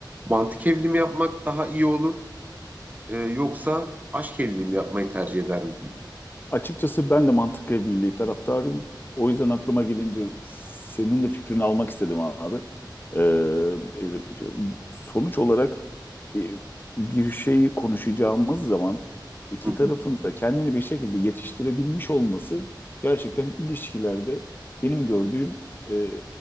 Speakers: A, on the right; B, on the left.
A: mantık evliliği mi yapmak daha iyi olur? Ee, yoksa aşk evliliği mi yapmayı tercih ederim?
B: Açıkçası ben de mantık evliliği taraftarıyım. O yüzden aklıma gelince senin de fikrini almak istedim abi. Ee, e, sonuç olarak e, bir şeyi konuşacağımız zaman iki
A: Hı
B: tarafın
A: hı,
B: da kendini bir şekilde yetiştirebilmiş olması gerçekten ilişkilerde benim gördüğüm e,